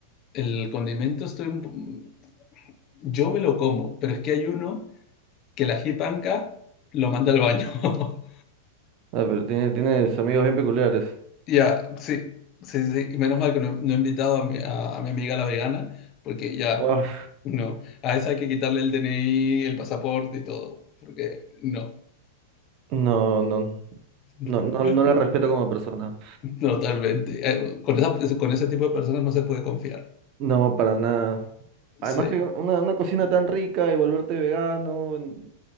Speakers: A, on the left; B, on the right.
A: el condimento, estoy un, Yo me lo como, pero es que hay uno que la jipanca lo manda al baño. <laughs>
B: Ah, pero tiene, tienes amigos bien peculiares.
A: Ya, sí, sí, sí. Y menos mal que no, no he invitado a mi, a- a mi amiga la vegana, porque ya,
B: Uaf,
A: no. A esa hay que quitarle el DNI, el pasaporte y todo, porque no,
B: no, no,
A: <laughs>
B: no, no, no la respeto como persona.
A: totalmente. Eh, con esa- con ese tipo de personas no se puede confiar.
B: No, para nada. Además
A: Sí.
B: que una, una cocina tan rica y volverte vegano. en-